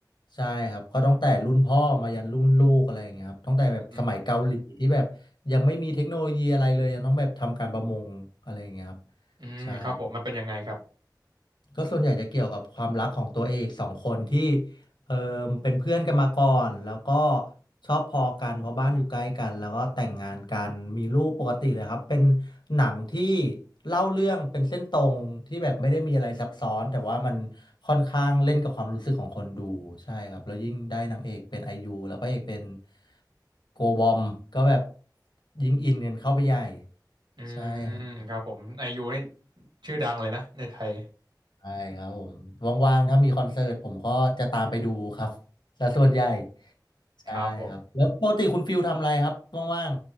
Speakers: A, on the left; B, on the right.
A: ใช่ครับก็ตั้งแต่รุ่นพ่อมายันรุ่นลูกอะไรอย่างเงี้ยครับตั้งแต่แบบสมัยเกาหลีที่แบบยังไม่มีเทคโนโลยีอะไรเลยยังต้องแบบทำการประมงอะไรอย่างเงี้ยครับ
B: อืมอืมครับผมมันเป็นยังไงครับ
A: ใช่ ก็ส่วนใหญ่จะเกี่ยวกับความรักของตัวเอกสองคนที่เออเป็นเพื่อนกันมาก่อนแล้วก็ชอบพอกันเพราะบ้านอยู่ใกล้กันแล้วก็แต่งงานกันมีลูกปกติเลยครับเป็นหนังที่เล่าเรื่องเป็นเส้นตรงที่แบบไม่ได้มีอะไรซับซ้อนแต่ว่ามันค่อนข้างเล่นกับความรู้สึกของคนดูใช่ครับแล้วยิ่งได้นางเอกเป็นไอยูแล้วพระเอกเป็นโกบอมก็แบบยิ่งอินกันเข้าไปใหญ่
B: อื
A: ใช่ครับ
B: มครับผมไอยูนี่ชื่อดังเลยนะในไทย
A: ใช่ครับผมว่างๆถ้ามีคอนเสิร์ตผมก็จะตามไปดูครับและส่วนใหญ่ใช่ครับแล้วปกติคุณฟิลทำอะไรครับว่าง
B: ครับผม